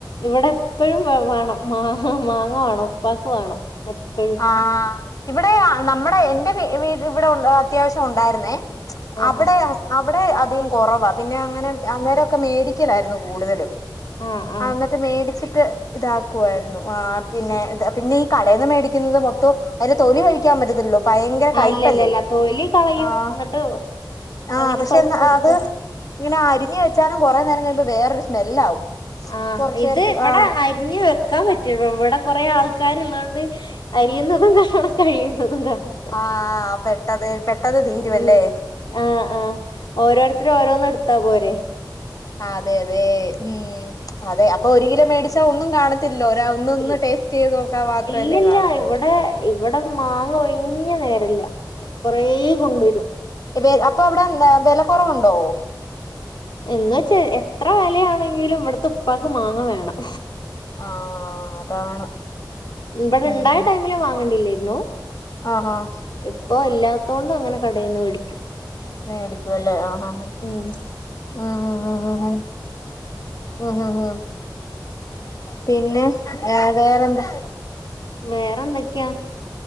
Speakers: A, on the left; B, on the left.
A: ഇവിടെ എപ്പഴും വ വേണം മാങ്ങ മാങ്ങ വാണം ഉപ്പാക്ക് വാണം എപ്പോഴും
B: ആഹ് ഇവിടെ നമ്മടെ എന്റെ വി ഇവിടെ അത്യാവശ്യണ്ടായിരുന്നേ
A: ആ
B: അവിടെ
A: ആ
B: ഹസ് അവിടെ അധികം കോറവാ പിന്നെ അങ്ങനെ അന്നേരൊക്കെ മേടിക്കലായിരുന്നു കൂടുതലും
A: ആ ആ
B: ആഹ് ന്നി ന്നിട്ട് മേടിച്ചിട്ട് ഇതാക്കു ആയിരുന്നു ആഹ് പിന്നെ പിന്നെ ഈ കടേന്ന് ക്കുന്നത് മൊത്തൊ അയിന്റെ തൊലി കഴിക്കാൻ പറ്റത്തില്ലല്ലോ ഭയങ്കര
A: ആ
B: കയ്പല്ലേ
A: ഇല്ല ഇല്ല ഇല്ല തൊലി കളയും
B: ആഹ്
A: എന്നിട്ട്
B: ആഹ്
A: അതിന്
B: പശെ
A: പൾപ്പ് എടുക്കും
B: അത് ഇങ്ങനെ അരിഞ്ഞ് വെച്ചാലും കെറേ നേരം കഴിമ്പോ വേറെരു സ്മെല്ലാവും
A: ആഹ്
B: കൊറച്ചു
A: ഇത്
B: നേരത്ത്
A: വിടെ
B: ആഹ്
A: അരിഞ്ഞു വെക്കാൻ പറ്റുല ഇവിടെ കൊറെ ആൾക്കാര്ള്ളോണ്ട് അരിയുന്നതു കാണാം കഴിയുന്നതു കാണാം
B: ആഹ് പെട്ടത് പെട്ടെന്ന് തീരു
A: ഉം
B: അല്ലേ
A: ആ ആ ഓരോരുത്തര് ഓരോന്ന് എടുത്താ പോരെ
B: അതെ അതെ ഉം അതെ അപ്പൊ ഒരു കിലോ മേടിച്ചാ ഒന്നും കാണത്തില്ലല്ലോ ഒരാ ഓന്നൊന്ന്
A: ഇൽ
B: ടേസ്റ്റയ്ത് നോക്കാ മാത്രല്ലേ
A: ഇല്ലില്ല
B: കാണത്തുള്ളു
A: ഇവിടെ ഇവിടെ മാങ്ങ ഒഴിഞ്ഞ നേരല്ല കൊറെ കൊണ്ടരും
B: വെ അപ്പൊ അവിടെ എന്ത വെല കെറവുണ്ടോ
A: എന്നവെച്ച എത്ര വെലയാണെങ്കിലും ഇവിടത്തെ ഉപ്പാക്ക് മാങ്ങ വേണം
B: ആഹ് അതാണ്
A: ഇവിടെ
B: ഉം
A: ഇണ്ടായ
B: ഉം
A: ടൈമില് വാങ്ങണ്ടില്ലേയ്‌രുന്നു
B: ആഹ് ആഹ്
A: ഇപ്പൊല്ലാത്തോണ്ട് അങ്ങനെ കടേന്ന് വേടിക്കും
B: മേടിക്കുല്ലേ ആഹ് ആഹ്
A: ഉം
B: ആഹ് ആഹ് ആഹ് ആഹ് ആഹ് പിന്നെ വേറെന്താ
A: വേറെന്തൊക്കെയാ